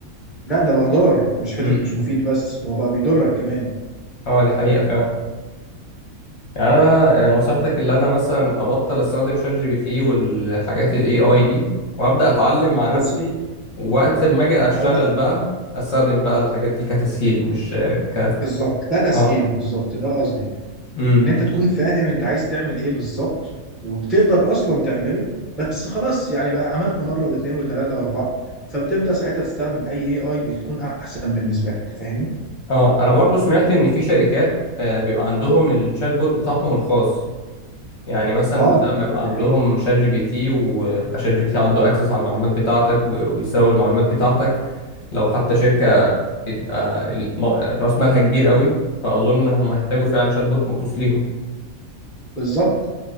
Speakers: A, in the centre; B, on the left.
A: لا ده بقى ضار مش حته
B: امم
A: مش مفيد بس هو بقى بيضرك كمان
B: اه دي حقيقة فعلا يعني انا يعني نصيحتك اللي انا مثلا ابطل استخدم شات جي بي تي والحاجات الاي اي دي وابدا اتعلم مع نفسي
A: بص
B: وقت ما اجي اشتغل
A: هو
B: بقى استخدم بقى الحاجات دي كتسهيل مش ك
A: بالظبط ده تسهيل
B: اه
A: بالظبط ده قصدي
B: امم
A: ان انت تكون فاهم انت عايز تعمل ايه بالظبط وبتقدر اصلا تعمله بس خلاص يعني بقى عملته مره واثنين وثلاثه واربعه فبتبدا ساعتها تستخدم اي اي اي بيكون احسن بالنسبه لك فاهمني
B: اه انا برضو سمعت ان في شركات آه، بيبقى عندهم الشات بوت بتاعهم الخاص يعني مثلا
A: اه
B: بدل ما يبقى
A: دي
B: عندهم
A: حقيقة
B: شات جي بي تي ويبقى شات جي بي تي عنده اكسس على المعلومات بتاعتك و- ويسرق المعلومات بتاعتك لو حتى شركة بتبقى الم- راس مالها كبير قوي فاظن هم هيحتاجوا فعلا شات بوت مخصوص ليهم
A: بالظبط